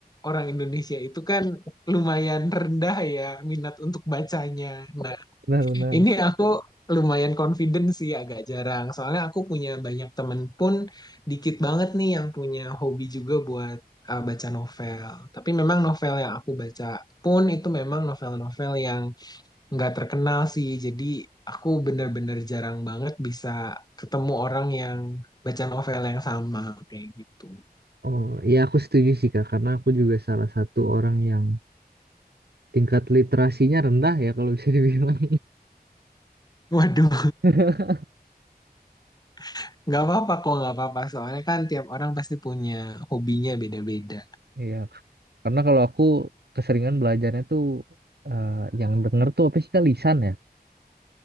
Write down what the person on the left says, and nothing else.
orang Indonesia itu kan lumayan rendah ya minat untuk bacanya. Nah,
ini aku lumayan confident sih agak jarang. Soalnya aku punya banyak temen pun dikit banget nih yang punya hobi juga buat uh, baca novel. Tapi memang novel yang aku baca pun itu memang novel-novel yang nggak terkenal sih. Jadi aku bener-bener jarang banget bisa ketemu orang yang baca novel yang sama kayak gitu.
Waduh,
<laughs> nggak apa-apa kok nggak apa-apa. Soalnya kan tiap orang pasti punya hobinya beda-beda.